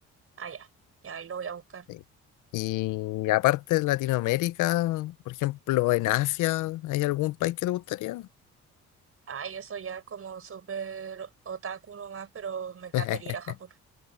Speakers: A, on the right; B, on the left.
A: Ah, ya. Ya ahí lo voy a buscar.
B: Sí. Y aparte de Latinoamérica, por ejemplo, en Asia, ¿hay algún país que te gustaría?
A: Ay, eso ya es como súper otaku nomás, pero me encantaría
B: <laughs>
A: ir a Japón.